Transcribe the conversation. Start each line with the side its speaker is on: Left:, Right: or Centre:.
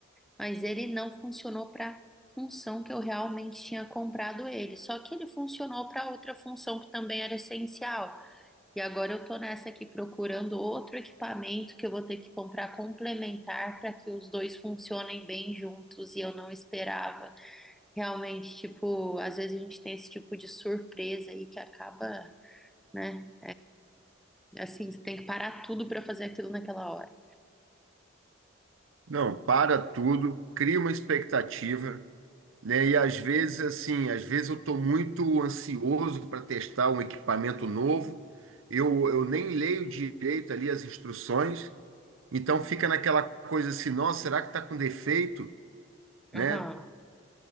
Centre: Mas ele não funcionou para função que eu realmente tinha comprado ele. Só que ele funcionou para outra função que também era essencial. E agora eu tô nessa aqui procurando outro equipamento que eu vou ter que comprar complementar para que os dois funcionem bem juntos e eu não esperava. Realmente, tipo, às vezes a gente tem esse tipo de surpresa aí que acaba, né? Assim, você tem que parar tudo para fazer aquilo naquela hora.
Right: Não, para tudo, cria uma expectativa. né? E às vezes, assim, às vezes eu estou muito ansioso para testar um equipamento novo, eu, eu nem leio direito ali as instruções, então fica naquela coisa assim, nossa, será que está com defeito,
Centre: Aham,
Right: né?